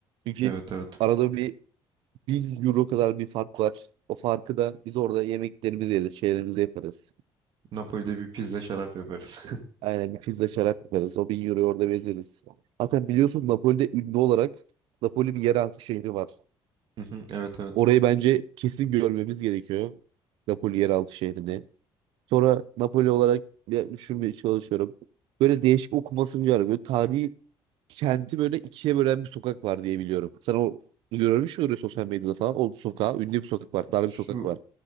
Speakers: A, on the right (about 85°); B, on the right (about 60°).
A: Çünkü
B: Evet evet.
A: arada bir 1000 euro kadar bir fark var. O farkı da biz orada yemeklerimizi yeriz, şeylerimizi yaparız.
B: Napoli'de bir pizza şarap yaparız.
A: Aynen bir pizza şarap yaparız. O 1000 euroyu orada bezeriz. Zaten biliyorsun Napoli'de ünlü olarak Napoli bir yeraltı şehri var.
B: <laughs> Hı hı, Evet evet.
A: Orayı bence kesin görmemiz gerekiyor. Napoli yeraltı şehrini. Sonra Napoli olarak bir düşünmeye çalışıyorum. Böyle değişik okumasını var. Böyle tarihi kenti böyle ikiye bölen bir sokak var diye biliyorum. Sen o görmüş müydün sosyal medyada falan? O sokağa ünlü bir sokak var. Dar
B: Şu
A: bir sokak var.